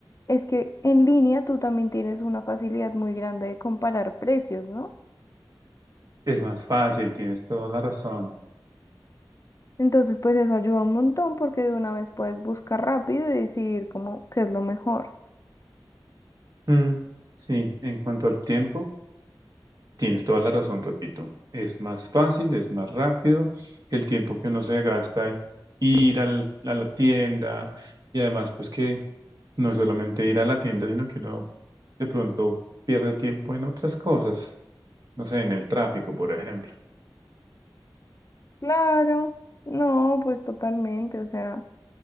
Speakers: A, on the left; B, on the right.
A: es que en línea tú también tienes una facilidad muy grande de comparar precios, ¿no?
B: Es más fácil, tienes toda la razón.
A: Entonces, pues eso ayuda un montón porque de una vez puedes buscar rápido y decidir como qué es lo mejor.
B: Mm, sí, en cuanto al tiempo, tienes toda la razón, repito. Es más fácil, es más rápido. El tiempo que uno se gasta ir al- a la tienda y además, pues que No es solamente ir a la tienda, sino que uno de pronto pierde tiempo en otras cosas. No sé, en el tráfico, por ejemplo.
A: Claro, no, pues totalmente, o sea,